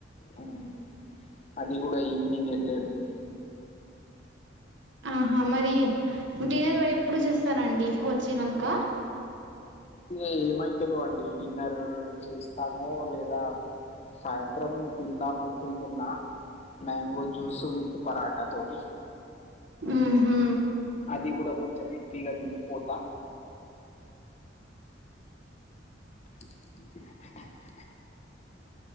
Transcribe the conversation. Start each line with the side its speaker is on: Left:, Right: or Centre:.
Left: హ్మ్. అది కూడా ఈవినింగ్ వెళ్ళదు ఉంది
Right: ఆహా మరి డిన్నర్ ఎప్పుడు చేస్తారండి వచ్చినాక
Left: ఇ ఏమైతుందో అండి డిన్నర్ చేస్తామో లేదా సాయంత్రం తిందాం అనుకుంటున్నా మ్యాంగో జ్యూస్ విత్ పరాటా తోటీ
Right: ఉహు
Left: అది కూడా కొంచెం హెవీగా తినిపోతా <inaudible>